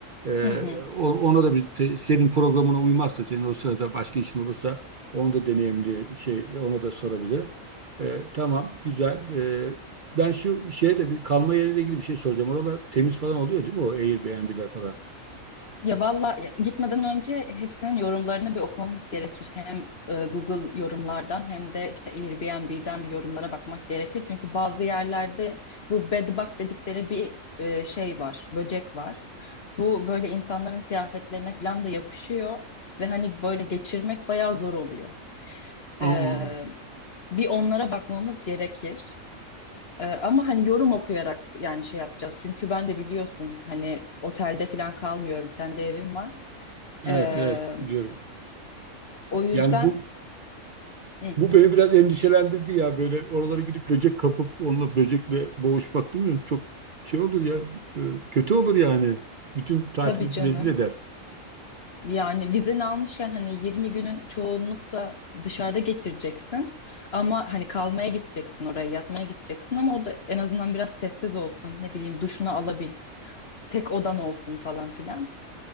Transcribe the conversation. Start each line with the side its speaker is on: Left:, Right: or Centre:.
Right: e,
Left: Hı hı.
Right: o- ona da bir te- senin programına uymazsa senin o sırada başka işin olursa onu da deneyimli şey ona da sorabilirim. Ee, tamam güzel. Ee, ben şu şeye de bir kalma yeriyle ilgili bir şey soracağım. Oralar temiz falan oluyor değil mi o Airbnb'ler falan?
Left: Ya valla ya- gitmeden önce hepsinin yorumlarını bir okumamız gerekir. Hem e, Google yorumlardan hem de işte Airbnb'den bir yorumlara bakmak gerekir. Çünkü bazı yerlerde bu bed bug dedikleri bir e, şey var, böcek var. Bu böyle insanların kıyafetlerine falan da yapışıyor ve hani böyle geçirmek bayağı zor oluyor.
Right: Aa.
Left: E, bir onlara bakmamız gerekir. Ee, ama hani yorum okuyarak yani şey yapacağız. Çünkü ben de biliyorsun hani otelde falan kalmıyorum. Kendi evim var.
Right: Evet,
Left: Ee,
Right: evet biliyorum.
Left: o yüzden
Right: Yani bu
Left: hı,
Right: bu beni biraz endişelendirdi ya böyle oralara gidip böcek kapıp onunla böcekle boğuşmak değil mi? Çok şey olur ya e, kötü olur yani. Bütün tatili
Left: tabii canım.
Right: rezil eder.
Left: Yani vizeni almışken hani 20 günün çoğunlukla dışarıda geçireceksin. Ama hani kalmaya gideceksin oraya, yatmaya gideceksin ama o da en azından biraz sessiz olsun. Ne bileyim duşunu alabil, tek odan olsun falan filan.